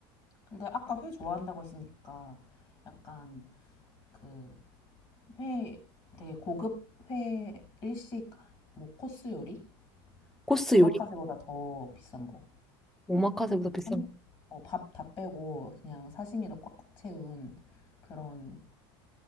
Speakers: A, on the left; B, in the centre.
A: 근데 아까 회 좋아한다고 했으니까 약간 그 회, 되게 고급 회 일식 뭐 코스 요리?
B: 코스
A: 오마카세보다
B: 요리
A: 더 비싼 거.
B: 오마카세보다
A: 약간
B: 비싼
A: 참,
B: 거.
A: 밥 다 빼고 그냥 사시미로 꽉꽉 채운 그런